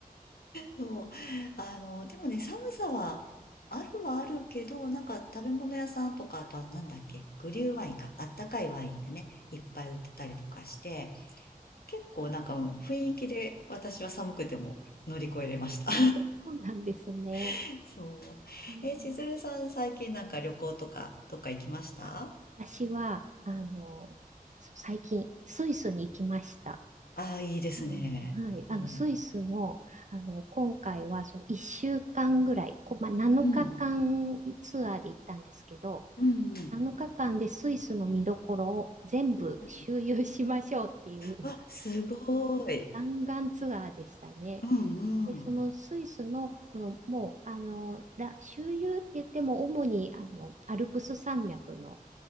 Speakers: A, on the left (about 85°); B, on the right (about 50°).
A: そう。あの、でもね、寒さは、あるはあるけど、なんか食べ物屋さんとか、あとはなんだっけ、グリューワインか、あったかいワインがね、いっぱい売ってたりとかして、結構なんか、うん雰囲気で私は寒くても乗り越えれました。
B: <laughs> そうなんですね。
A: <laughs> そう。
B: うん
A: え、千鶴さん最近なんか旅行とか、どっか行きました
B: あ、私は、あの、そう最近、スイスに行きました。
A: ああー、いいですね。
B: あはい、
A: うん。
B: あのスイスの、あの今回はその1週間ぐらい、こ、まあ、7日間ツアーで行ったんですけど、
A: うん。うん。うん。
B: 7日間でスイスの見どころを全部周遊しましょうっていう
A: うんわ、すごい。
B: 弾丸ツアーでしたね。
A: うんうん。
B: で、そのスイスの、そのもう、あの、だ、周遊って言っても主にあのアルプス山脈の